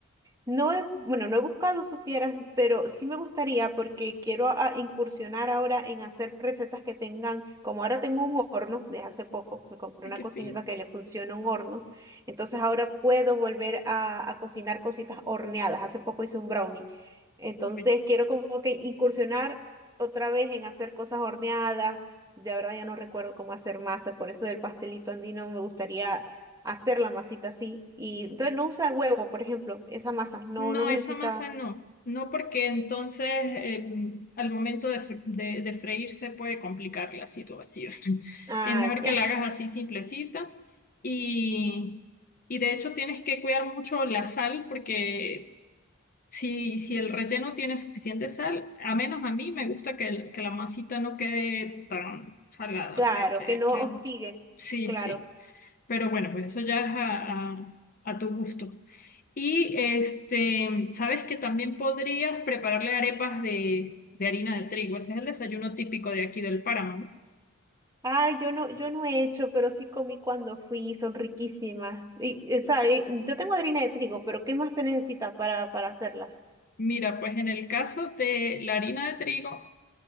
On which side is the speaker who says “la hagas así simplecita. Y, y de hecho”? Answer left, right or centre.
Left